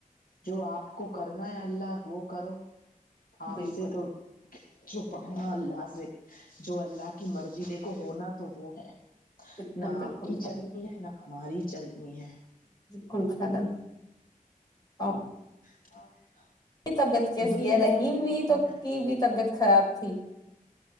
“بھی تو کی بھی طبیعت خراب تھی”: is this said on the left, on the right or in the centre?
Left